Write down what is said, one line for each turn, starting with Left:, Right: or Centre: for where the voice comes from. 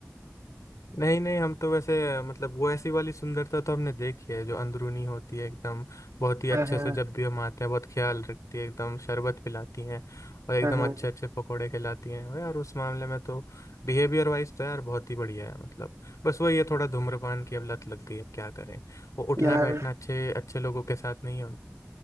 Left: नहीं नहीं हम तो वैसे मतलब वो ऐसी वाली सुंदरता तो हमने देखी है जो अंदरूनी होती है एकदम बहुत ही अच्छे
Right: हाँ हाँ
Left: से जब भी हम आते हैं बहुत ख्याल रखती है एकदम शरबत पिलाती हैं और एकदम
Right: हाँ हाँ
Left: अच्छे अच्छे पकोड़े खिलाती हैं और यार उस मामले में तो बिहेवियर वाइज तो यार बहुत ही बढ़िया है मतलब बस वही है थोड़ा धूम्रपान की अब लत लग गई अब क्या करें वो उठना
Right: यार
Left: बैठना अच्छे अच्छे लोगों के साथ नहीं है